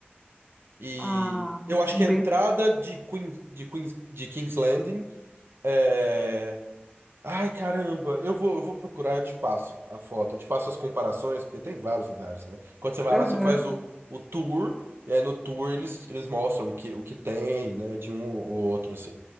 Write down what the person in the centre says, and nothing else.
Ah,
um
bem.
Aham.